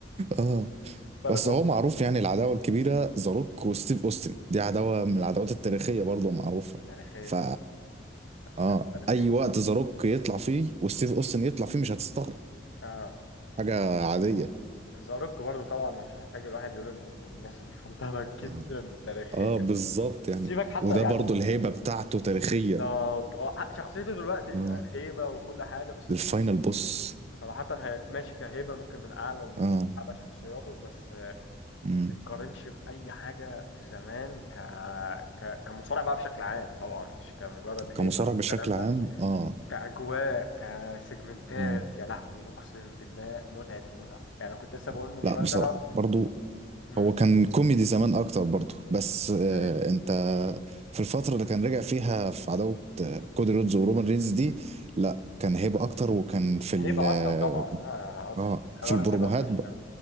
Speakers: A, on the right; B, on the left.
A: اه
B: فلما
A: بس هو معروف يعني العداوة الكبيرة ذا روك وستيف اوستن دي عداوة من العداوات التاريخية برضه معروفة
B: تاريخيه
A: ف
B: جدا شخصيه
A: اه
B: تاريخيه
A: اي وقت ذا روك يطلع فيه وستيف اوستن يطلع فيه مش هتستغرب
B: اه
A: حاجة عادية
B: زاروك برضو طبعا مش محتاج الواحد يقول انه من الناس المفضله <laughs> جدا
A: اه
B: تاريخيا
A: اه بالظبط
B: سيبك
A: يعني
B: حتى
A: وده
B: يعني
A: برضه الهيبة بتاعته تاريخية
B: بالظبط هو ح- شخصيته دلوقتي
A: اه
B: هيبه وكل حاجه بس
A: الفاينل بوس
B: صراحه هي ماشي كهيبه ممكن من اعلى ال-
A: اه
B: اعلى شخصياته بس
A: مم.
B: تقارنش بأي حاجة في زمان ك... ك... كمصارع بقى بشكل عام طبعا مش كمجرد هيبة
A: كمصارع
B: أو
A: بشكل
B: الكلام
A: عام
B: ده
A: اه
B: كأجواء كسيجمنتات
A: اه
B: يا لهوي أقسم بالله متعة المتعة يعني أنا كنت لسه بقول
A: آه.
B: من
A: لا
B: شوية
A: بصراحة
B: ده أنا
A: برضو
B: امم
A: هو كان كوميدي زمان اكتر برضه بس آه،
B: أيوة.
A: انت في الفتره اللي كان رجع فيها في عداوه آه، كودي رودز ورومان رينز دي لا كان هيبه اكتر وكان في ال
B: هيبة
A: اه
B: أكتر طبعا أه، أنا ما قلتش
A: آه،
B: حوار
A: في البروموهات
B: الهيبة ما فيهاش
A: ب...
B: كلام